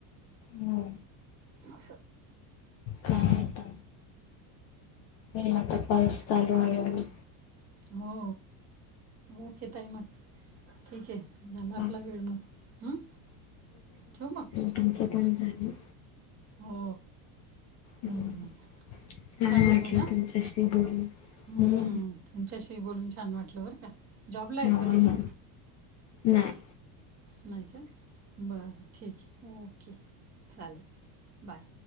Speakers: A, on the left (about 35°); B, on the right (about 30°).
A: हो
B: अस
A: काय आता होईल आता पाऊस चालू हळुहळु.
B: हो ओके ताई मग ठीक आहे झाला आपला
A: बा
B: वेळ मग हम ठेवू मग.
A: तूमचं पण झालं?
B: हो
A: हम्म
B: झालं, झालं
A: छान
B: चालेल
A: वाटलं
B: मग
A: तुमच्याशी बोलून
B: हम्म.
A: हो
B: तुमच्याशी बोलून छान वाटलं बरं का! जॉबला आहेत
A: ह
B: का तुम्ही
A: नाय
B: नाही का बरं ठीक आहे. ओके चालेल बाय